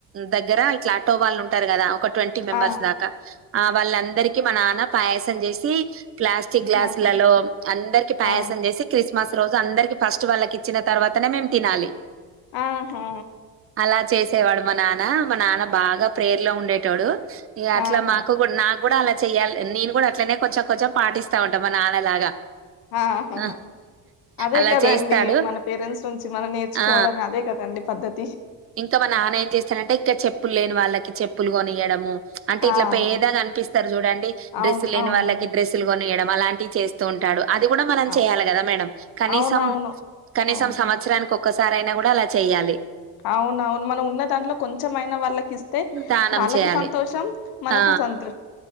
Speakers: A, on the right; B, on the left.
A: దగ్గర ఇట్లా ఆటో వాళ్ళు ఉంటారు కదా ఒక ఫిఫ్టీ మెంబర్స్
B: ఆ ఆ
A: దాకా ఆ వాళ్ళందరికీ మ నాన్న పాయాసం చేసి ప్లాస్టిక్ గ్లాసులలో
B: ఆహా
A: అందరికి పాయాసం
B: ఆ
A: చేసి క్రిస్ క్రిస్మస్ రోజు అందరికీ ఫస్ట్ వాళ్ళకి ఇచ్చిన తర్వాతనే మే తినాలి
B: ఆ హా
A: అలా చేసేవాడు మా నాన్న మా నాన్న బాగా ప్రయర్లో ఉండేటోడు అట్లా
B: ఆహా
A: మాకు కూడా నాకు కూడా అలా చెయ్యాలి నేను కూడా అట్లనే కొంచెం కొంచెం పాటిస్తా ఉంటా మా నాన్నలాగా
B: ఆహ
A: ఆ
B: అదే
A: అలా
B: కదండి
A: చేస్తాడు
B: మన పేరెంట్స్ నుంచి మనం నేర్చుకోవడమే
A: ఆ
B: అదే కదండి పద్ధతి
A: ఇంకా మనాన్న ఏం చేస్తాడంటే ఇంకా చెప్పులు లేని వాళ్ళకి చెప్పులు కొనియడం ము అంటే ఇట్లా
B: ఆ
A: పేదగా అనిపిస్తారు చూడండి
B: అవును
A: డ్రెస్ లేని
B: అవునండి
A: వారికి డ్రెస్సులు కొ నియడం అలాంటి చేస్తూ ఉంటాడు అది కూడా మనం
B: ఆ
A: చెయాలి కదా మేడం కనీసం
B: అవునవును
A: కనీసం
B: అవును
A: సంవత్సరానికి ఒకసారి అయినా కూడా అలా చెయ్యాలి
B: అవునవును మనం ఉన్న దాంట్లో కొంచెంమైనా వాళ్ళకి ఇస్తే
A: దానం
B: వాళ్ళకు
A: చేయాలి
B: సంతోషం మనకు
A: ఆ
B: సం